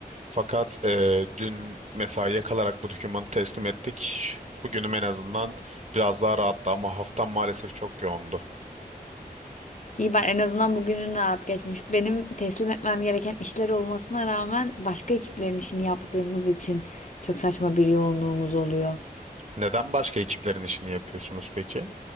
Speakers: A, on the right; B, on the left.
A: Fakat eee, dün mesaiye kalarak bu dokümanı teslim ettik. Bugünüm en azından biraz daha rahattı ama haftam maalesef çok yoğundu.
B: İyi ben en azından bugünün rahat geçmiş. Benim teslim etmem gereken işler olmasına rağmen başka ekiplerin işini yaptığımız için çok saçma bir yoğunluğumuz oluyor.
A: Neden başka ekiplerin işini yapıyorsunuz peki?